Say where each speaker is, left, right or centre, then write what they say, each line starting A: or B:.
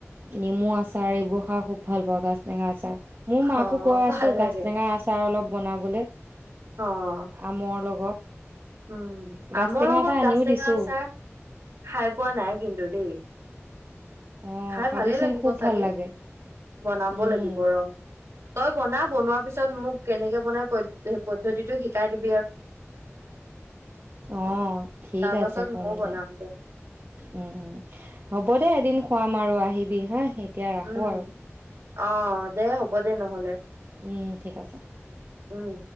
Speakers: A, on the right; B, on the right.
A: নেমু আচাৰ এইবোৰ খাই খুব ভাল পাওঁ গাজটেঙা আচাৰ। মোৰ মাকো
B: অ'
A: কৈ
B: ভাল
A: আছো
B: লাগে।
A: গাজ টেঙাৰ আচাৰ অলপ বনাবলে।
B: অ'
A: আমৰ লগত।
B: উম,
A: গাজ
B: আমৰ
A: টেঙা
B: লগত
A: এটা আনিও
B: গাজটেঙা
A: দিছো
B: আচা খাই পোৱা নাই কিন্তু দেই।
A: অ
B: খাই
A: খাবিচোন
B: ভালেই লাগিব
A: খুব
B: চাগে,
A: ভাল লাগে
B: বনাব
A: উম
B: লাগিব ৰ। তই বনা বনোৱাৰ পিছত মোক কেনেকে বনাই পদ্ধ-পদ্ধতিটো শিকাই দিব
A: অ, ঠিক
B: তাৰ পাছত
A: আছে কম
B: ময়ও বনাম
A: দে। উম উম হ'ব দে এদিন খোৱাম আৰু আহিবি হা সে এতিয়া ৰাখোঁ
B: উম
A: আৰু।
B: অ দে হ'ব দে নহ'লে।
A: উম, ঠিক আছে।
B: উম